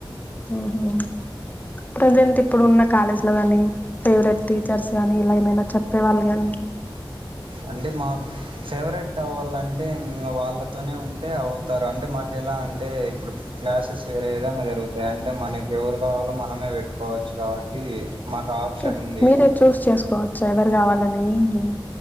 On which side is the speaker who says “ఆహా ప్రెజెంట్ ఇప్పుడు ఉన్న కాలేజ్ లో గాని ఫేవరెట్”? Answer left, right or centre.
Left